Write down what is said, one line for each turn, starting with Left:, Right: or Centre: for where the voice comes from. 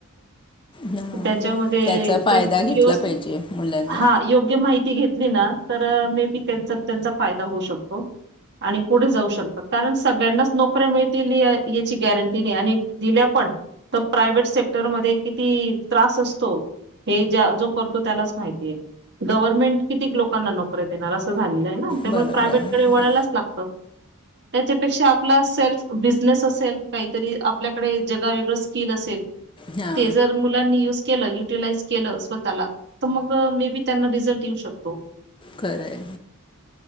Left: हां
Right: तर त्याच्यामध्ये
Left: त्याचा फायदा
Right: जर
Left: घेतला
Right: व्यवथित
Left: पाहिजे मुलांनी
Right: हा योग्य माहिती घेत ली ना तर मे बी त्यांचा त्यांचा फायदा होऊ शकतो. आणि पुढे जाऊ शकतात कारण सगळ्यांनाच नोकऱ्या मिळतील याची गॅरंटी नाही आणि दिल्या पण तर प्रायव्हेट सेक्टरमध्ये किती त्रास असतो. हे ज्या जो करतो त्यालाच माहितीये गव्हर्नमेंट किती लोकांना नोकऱ्या देणार असं झालेलंय. त्यामुळे
Left: बरोबर
Right: प्रायव्हेट
Left: आणि
Right: कडे वळायलाच लागतं. त्याच्यापेक्षा आपला सेल्फ बिझनेस असेल काहीतरी आपल्याकडे जगावेगळं स्किल असेल
Left: हा.
Right: ते जर मुलांनी युज केलं युटीलाइज केलं स्वतःला तर मग मे बी त्यांना रिझल्ट येऊ शकतो.
Left: खरं आहे